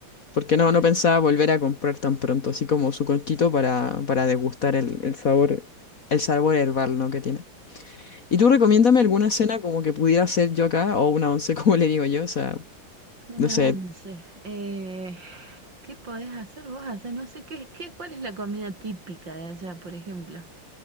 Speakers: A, on the left; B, on the right.
A: Porque
B: Claro.
A: no, no pensaba volver a comprar tan pronto, así como su conchito para, para degustar el, el sabor, el sabor herbal, ¿no? que tiene. ¿Y tú recomiéndame alguna cena como que pudiera hacer yo acá, o una once, <laughs> como le digo yo? O sea,
B: Una
A: no sé,
B: once. Eh, ¿qué podés hacer vos? Hacer no sé qué, qué, ¿cuál es la comida típica de allá, por ejemplo?